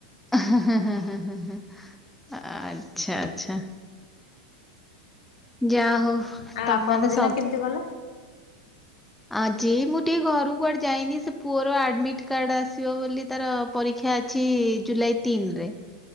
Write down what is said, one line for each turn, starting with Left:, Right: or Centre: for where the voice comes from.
Centre: ହଁ ହଁ ହଁ ହଁ ହଁ ହଁ ହଁ ଆଚ୍ଛା ଆଚ୍ଛା। ଯା ହଉ
Left: ଆଉ
Centre: ତମ
Left: ଆପଣଙ୍କ
Centre: ମାନେ
Left: ଦିନ
Centre: ସବ।
Left: କେମିତି ଗଲା?
Centre: ଆଜି ମୁଁ ଟିକେ ଘରୁ କୁଆଡେ ଯାଇନି ସେ ପୁଅର ଆଡମିଟ କାର୍ଡ ଆସିବ ବୋଲି ତାର ପରୀ କ୍ଷା ଅଛି ଜୁଲାଇ ତିନି ରେ